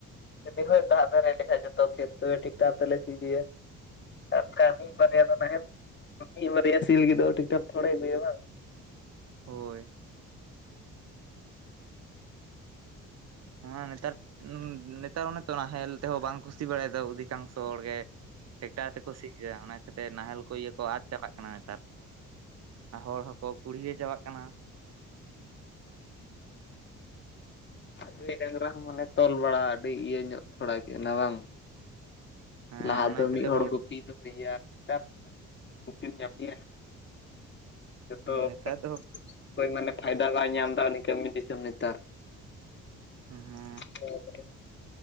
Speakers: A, on the left; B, on the right.
A: ᱡᱩᱫᱤ ᱦᱳᱭ ᱫᱟᱜ ᱫᱟᱭ ᱟᱨ ᱮᱸᱰᱮᱠᱷᱟᱡ ᱡᱚᱛᱚ ᱠᱷᱮᱛ ᱛᱚᱵᱮ ᱴᱮᱠᱴᱟᱨ ᱛᱮᱞᱮ ᱥᱤ ᱜᱮᱭᱟ᱾ ᱟᱨ ᱵᱟᱠᱷᱟᱱ ᱢᱤᱫ ᱵᱟᱨᱭᱟ ᱫᱚ ᱱᱟᱦᱮᱞ ᱢᱤᱫ ᱵᱟᱨᱭᱟ ᱥᱤ ᱞᱟᱹᱜᱤᱫ ᱫᱚ ᱴᱮᱠᱴᱟᱨ ᱛᱷᱚᱲᱮ ᱟᱹᱜᱩᱭᱟ ᱵᱟᱝ᱾
B: ᱦᱳᱭ᱾ ᱦᱚᱸᱜ-ᱚᱭ ᱱᱮᱛᱟᱨ ᱱᱮᱛᱟᱨ ᱚᱱᱮᱛᱚ ᱱᱟᱦᱮᱞ ᱛᱮᱦᱚᱸ ᱵᱟᱝ ᱠᱚ ᱥᱤ ᱵᱟᱲᱟᱭᱫᱟ ᱚᱫᱷᱤᱠᱟᱝᱥᱚ ᱦᱚᱲ ᱜᱮ᱾ ᱴᱮᱠᱴᱟᱨ ᱛᱮᱠᱚ ᱥᱤ ᱜᱮᱭᱟ ᱚᱱᱟ ᱠᱷᱟᱹᱛᱤᱨ ᱱᱟᱦᱮᱞ ᱠᱚ ᱤᱭᱟᱹ ᱠᱚ ᱟᱫᱽ ᱪᱟᱞᱟᱜ ᱠᱟᱱᱟ᱾ ᱟᱱᱟ ᱱᱮᱛᱟᱨ ᱦᱚᱲ ᱦᱚᱸᱠᱚ ᱠᱩᱲᱤᱭᱟᱹ ᱪᱟᱵᱟᱜ ᱠᱟᱱᱟ᱾
A: ᱜᱟᱹᱭ ᱰᱟᱝᱨᱟ ᱦᱚᱸ ᱢᱟᱱᱮ ᱛᱚᱞ ᱵᱟᱲᱟ ᱟᱹᱰᱤ ᱤᱭᱟᱹ ᱧᱚᱜ ᱛᱷᱚᱲᱟ ᱟᱹᱭᱠᱟᱹᱜ ᱠᱟᱱᱟ ᱵᱟᱝ?
B: ᱦᱮᱸ
A: ᱞᱟᱦᱟ
B: ᱚᱱᱟ
A: ᱫᱚ
B: ᱠᱷᱟᱹᱛᱤᱨ
A: ᱢᱤᱫ ᱦᱚᱲ ᱜᱩᱯᱤ ᱫᱚᱦᱚᱭᱮᱭᱟ ᱟᱨ ᱱᱮᱛᱟᱨ ᱜᱤᱛᱤᱢ ᱧᱟᱢᱮᱭᱟ ᱡᱚᱛᱚ <inaudible>
B: ᱱᱮᱛᱟᱨ ᱫᱚ ᱦᱳᱭ
A: ᱚᱠᱚᱭ ᱢᱟᱱᱮ ᱯᱷᱟᱭᱫᱟ ᱵᱟᱭ ᱧᱟᱢᱫᱟ ᱩᱱᱤ ᱠᱟᱹᱢᱤ ᱫᱤᱥᱚᱢ ᱱᱮᱛᱟᱨ᱾
B: ᱦᱩᱸ ᱦᱩᱸ᱾
A: ᱱᱚᱭᱟᱠᱚᱨᱮ,